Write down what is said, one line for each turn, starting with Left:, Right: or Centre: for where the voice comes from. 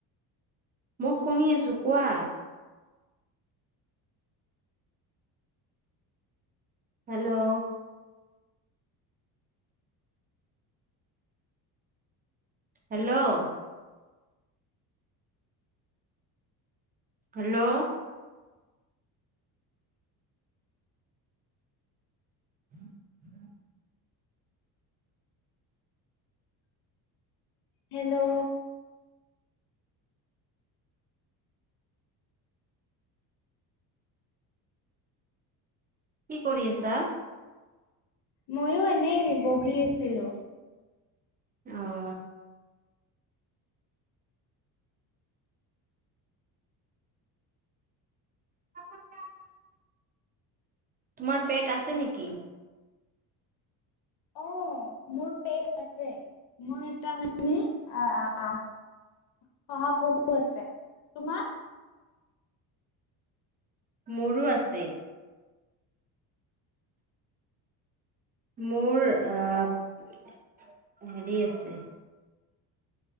Right: মই শুনি আছো কোৱা হেল্ল' হেল্ল' হেল্ল' <unintelligible>
Left: হেল্ল'
Right: কি কৰি আছা
Left: ময়ো এনেই বহি আছিলো
Right: অ <unintelligible> তোমাৰ পেট আছে নিকি
Left: অ মোৰ পেট আছে মোৰ এটা মান- নি আ আ আ শহাপহু আছে তোমাৰ
Right: মোৰো আছে মোৰ আহ হেৰি আছে